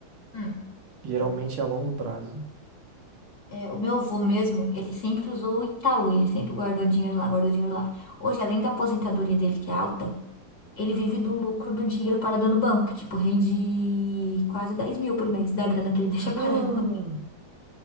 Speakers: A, on the left (about 45°); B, on the right (about 85°).
A: hum,
B: Geralmente é a longo prazo. <gasps>
A: é, o meu avô mesmo, ele sempre usou o Itaú, ele sempre guardou dinheiro lá, guardou dinheiro lá. Hoje, além da aposentadoria dele, que é alta, Ele vive do lucro do dinheiro parado no banco, que, tipo, rende quase 10 mil por mês da grana que ele <laughs> deixa
B: Ah,
A: parado no banco.